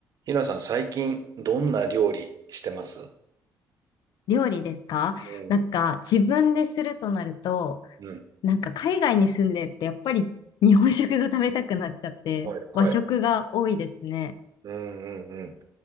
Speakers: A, on the right; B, on the left.
A: ひなさん、最近、どんな料理してます
B: 料理ですかなんか自分でするとなると、
A: うん。うん。
B: なんか海外に住んでってやっぱり日本食が食べたくなっちゃって和食が多いですね。
A: はい、はい。うんうんうん。